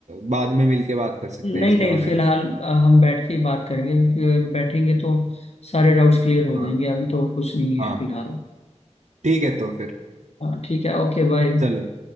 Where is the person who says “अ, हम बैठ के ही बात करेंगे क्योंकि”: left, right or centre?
Left